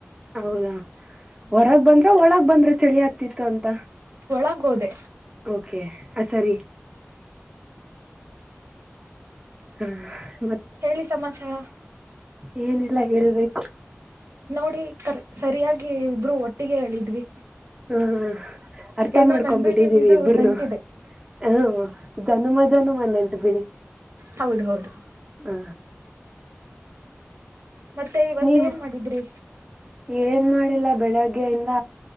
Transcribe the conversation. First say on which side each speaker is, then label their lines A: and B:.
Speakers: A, on the right (about 15°); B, on the right (about 65°).
A: ಹೌದಾ ಹೊರಗ್ ಬಂದ್ರ ಒಳಗ ಬಂದ್ರಿ ಚಳಿ ಆಗ್ತಿತ್ತು ಅಂತ
B: ಒಳಗೋದೆ
A: ಓಕೆ ಆ ಸರಿ ಹ್ಮ್ಮ್ ಹ್ಮ
B: ಹೇಳಿ ಸಮಾಚಾರ
A: ಏನೆಲ್ಲ ಹೇಳ್ಬೇಕು
B: ನೋಡಿ ಕ ಸರಿಯಾಗಿ ಇಬ್ರು ಒಟ್ಟ ಒಟ್ಟಿಗೆ ಹೇಳಿದ್ವಿ
A: ಹ್ಮ ಹ್ಮ ಅರ್ಥ
B: ಏನೋ
A: ಮಾಡ್ಕೊಂಡ್ಬಿಟ್ಟಿದ್ದೀವಿ
B: ನಂದು ನಿಮ್ದು
A: ಇಬ್ರನು
B: ನಂಟಿದೆ
A: ಹ್ಮ ಚನುಮ ಜನುಮ ನೆಂಟು ಬಿಡಿ
B: ಹೌದ ಹೌದು
A: ಹ
B: ಮತ್ತೆ ಇವತ್ತ
A: ನೀವು
B: ಏನ್ ಮಾಡಿದ್ರಿ
A: ಏನ್ ಮಾಡಿಲ್ಲ ಬೆಳಗ್ಗೆಯಿಂದ